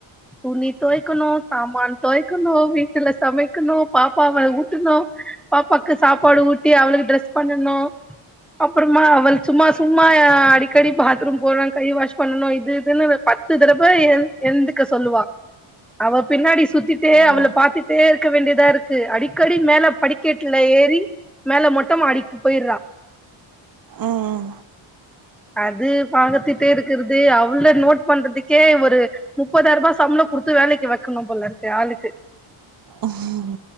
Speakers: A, in the centre; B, on the right.
A: துணி துவைக்கணு சாமான் துவைக்கணு வீட்டுல சமைக்கணு பாப்பாவ ஊட்டுனு பாப்பாக்கு சாப்பாடு ஊட்டி அவளுக்கு ட்ரெஸ் பண்ணனு அப்புறமா அவள் சும்மா சும்மா அடிக்கடி பாத்ரூம் போனு கை வாஷ் பண்ணுனு அது இதுன்னு ஒரு பத்து தடவ எழுந்துக்க சொல்லுவா அவ பின்னாடி சுத்திட்டே
B: ம்
A: அவள பாத்துட்டே இருக்க வேண்டியதா இருக்கு அடிக்கடி மேல படிக் கெட்ல ஏறி மேல மொட்டமாடிக் போயிறா
B: ம்
A: அது பாத்திட்டே இருக்கறது அவள நோட் பண்றதுக்கே ஒரு முப்பதாயிரூபா சம்ளோ குடுத்து வேலக்கு வக்கணு போலருக்கு ஆளுக்கு
B: ம்